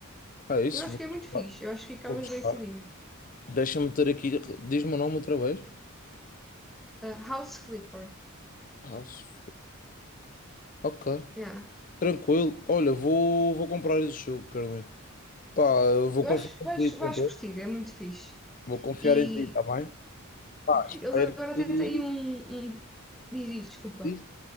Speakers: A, on the left; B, in the centre.
A: Ah, isso,
B: Eu acho
A: vou
B: que é muito
A: arriscar.
B: fixe, eu acho que ficavas
A: Vou arriscar.
B: bem servido.
A: Deixa-me ter aqui. Diz-me o nome outra vez.
B: Ah, House Flipper,
A: House. Flip. Ok.
B: yeah.
A: Tranquilo. Olha, vou, vou comprar esse jogo, Carolina. Pá, eu vou
B: Eu
A: confiar
B: acho que
A: em
B: vais,
A: ti,
B: vais
A: tranquilo.
B: curtir, é muito fixe.
A: Vou confiar
B: E
A: em ti, tá bem? Espero
B: eles agora até
A: que.
B: têm um, um- diz isto, desculpa.
A: Diz.